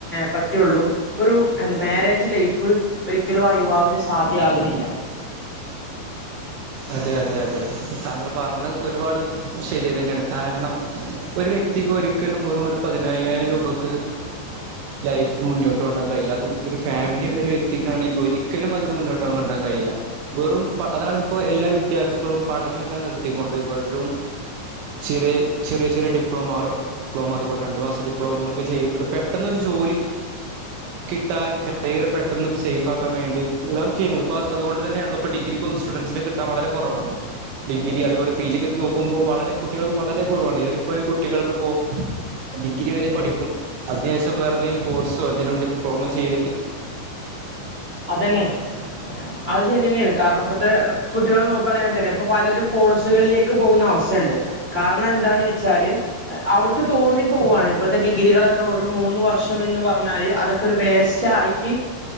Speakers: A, on the right (about 15°); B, on the right (about 80°).
A: പറ്റയുള്ളൂ ഒരു എ മാരേജ് ലൈഫ് ഒരിക്കലും ആ യുവാവിന് സാധ്യമാ ആകണില്ല ഞജ്ഗ്ഫ്ഫ്
B: അതെ അതെ അതെ താങ്കൾ പറഞ്ഞത് ഒരുപാട് ശരിയ തന്നെയാണ് കാരണം ഒരു വ്യക്തിക്ക് ഒരിക്കലും വെറും ഒരു പതിനയ്യായിരം രൂപയ്ക്ക്
A: ജ്ജ്ജ്ഹ്
B: ലൈഫ് മുന്നോട്ട് കൊണ്ടാൻ കഴയി അും ഒരു ഫാമിലി ഉള്ള ഒരു വ്യക്തിക്കാണെങ്കിൽ ഒരിക്കലും അതിന് മുന്നോട്ട് കണ്ടാ കഴയില്ല വെറും അതാണ് ഇപ്പോൊ എല്ലാ വിദ്യാർത്ഥികളും പഠനം എല്ലാം നിർത്തിക്കൊണ്ട് ഇറും ചെറിയ ചെറിയ ചെറ ഡി്ലമ ഡിപ്ലോമ അതുപോലെ രണ്ടു മാസ വിപ്ലവങ്ങളൊക്കെ ചെയ്ുന്നുണ്ട് പെട്ടെന്നൊരു ജോലി കിട്ടാനും കയറി പെട്ടെന്ന് സേഫ് ആാക്കാൻ വേണ്ടി എല്ലാം ചെയ്യുന്നത് അപ്പ അതുകൊണ്ട് തന്നെയ ഉള്ളപ്പോ ഡിഗ്രിക്ക്ൊ സ്റ്റുഡൻറ്സിിന കിാൻ വളരെ കുറവാണ് ഡിഗ്രി അതുപോലെ പി ജി ഒക്ക് നോക്കുമ്പോൾ വളരെ കുട്ടികൾക്ക് വളരെ കുറവാണ് ഈ ഒരു പോയ കുട്ടികൾക്ക്പ്പോ ഡിഗ്രി വരെ പഠിക്കും അതിനശേഷം വേറെ എന്തെങ്കിലും കോഴ്സോ അതിലുണ്ട് കോമസ് ചെയി
A: അതന്നെ അത് ശരിയന്നെയാണ് കാരണം ഇപ്പത്തെ കുട്ടികള നോക്കുകവാണിൽ തന്നെപ്പോ പലര കോഴ്സുകൾ പോുന്ന അവസ്ഥുണ്ട് കാരണം എന്താന്ന് വെച്ചാല് അവർക്ക് തോന്നിപ്പോവയാണ് ഇപ്പഴത്തെ ഡിഗ്ര കരികളൊക്കെ ഒരു മൂന്ന് വർഷംന്ന് പറഞ്ഞാല് അതൊക്കെ വേസ്റ്റ് ആയിട്ട്